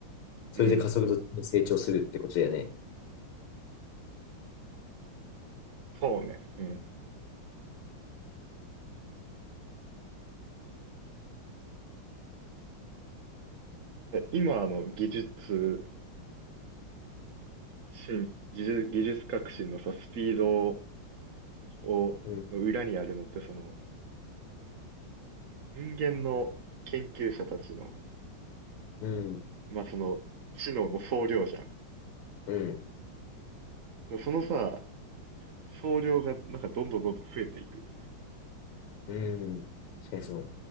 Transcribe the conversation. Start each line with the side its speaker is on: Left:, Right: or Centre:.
Left: それで加速度的に成長するってことだよね。
Right: う。うん。そうね。うん。で今の技術進、技術、技術革新のさ、スピードを、
Left: うん。
Right: の裏にあるのって、その、人間の研究者たちの、
Left: うん。
Right: まあその、知能の総量じゃん。
Left: うん。
Right: でそのさ、総量がなんかどんどんどんどん増えていく。
Left: うん。確かにその、